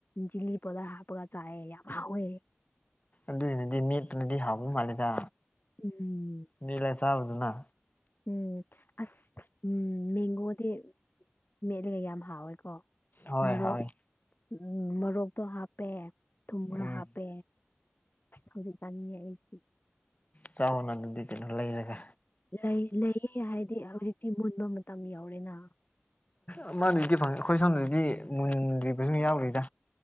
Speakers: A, on the left (about 55°); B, on the left (about 35°).
A: ꯆꯤꯂꯤ ꯄꯥꯎꯗꯔ ꯍꯥꯞꯄꯒ ꯆꯥꯏꯑꯦ ꯌꯥꯝ ꯍꯥꯎꯋꯦ
B: ꯑꯗꯨꯏꯅꯗꯤ ꯃꯦꯠꯇꯨꯅꯗꯤ ꯍꯥꯎꯕ ꯃꯥꯜꯂꯦꯗ
A: ꯎꯝ
B: ꯅꯂꯦꯁꯥꯎꯗꯨꯅ
A: ꯎꯝ ꯑꯁ ꯎꯝ ꯃꯦꯡꯒꯣꯗꯤ ꯀꯂꯤꯒꯩ ꯌꯥꯝ ꯍꯥꯎꯋꯦꯀꯣ
B: ꯍꯣꯏ
A: ꯃꯔꯣꯔꯣꯛ
B: ꯍꯥꯎꯋꯤ
A: ꯎꯝ ꯃꯔꯣꯔꯣꯛꯇꯣ ꯍꯥꯞꯄꯦ ꯊꯨꯝ ꯈꯔ
B: ꯎꯝ
A: ꯍꯥꯞꯄꯦ ꯍꯧꯖꯤꯛ ꯆꯥꯅꯤꯡꯉꯦ ꯑꯩꯁꯤꯗꯤ
B: ꯆꯥꯎꯅ ꯑꯗꯨꯗꯤ ꯀꯩꯅꯣ ꯂꯩꯔꯒ
A: ꯂꯩ ꯂꯩꯌꯦ ꯍꯥꯏꯗꯤ ꯍꯧꯖꯤꯛꯇꯤ ꯃꯨꯟꯕ ꯃꯇꯝ ꯌꯥꯎꯔꯦꯅ
B: ꯑ ꯃꯥꯗꯨꯗꯤ ꯐꯪꯉꯦ ꯑꯩꯈꯣꯏ ꯁꯣꯝꯗꯗꯤ ꯃꯨꯟꯗ꯭ꯔꯤꯕꯁꯨ ꯌꯥꯎꯔꯤꯗ